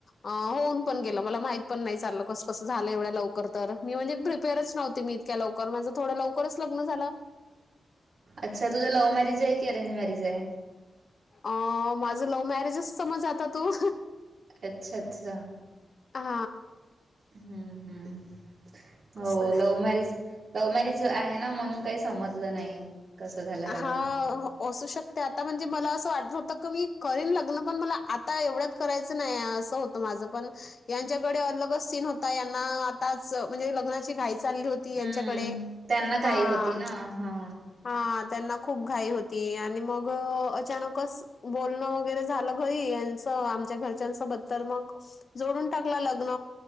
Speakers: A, on the left; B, on the right.
A: होऊन पण गेलं. मला माहित पण नाही चालं. कस कसं झालं एवढ्या लवकर तर. मी म्हणजे प्रिपेअरच नवते मी इतक्या लवकर. माझं थोडं लवकरच लग्न झालं.
B: अच्छा तुझं लव्ह मॅरिजे की, अरेंज मॅरेजे?
A: अ माझं लव्ह मॅरेजच समज आता तू.
B: अच्छा, अच्छा.
A: हा.
B: हम्म हम्म. हो
A: असं आहे.
B: लव्ह मॅरेज लव मॅरेज आहे ना. म्हणून काही समजलं नाही. कसं झालं
A: हा.
B: लग्न
A: असू शकते. आता म्हणजे मला असं वाटत होतं का? मी करीन लग्न. पण मला आता एवढ्यात करायचं नाही. असं होतं माझं. पण यांच्याकडे अलगच सीन होता. यांना आताच म्हणजे लग्नाची घाई चालली होती यांच्याकडे.
B: हम्म त्यांना घाई
A: हा.
B: होती ना हा
A: हा. त्यांना खूप घाई होती. आणि मग, अचानकच बोलणं वगैरे झालं घरी. आमच्या घरच्यां सोबत. तर मग जोडून टाकला लग्न.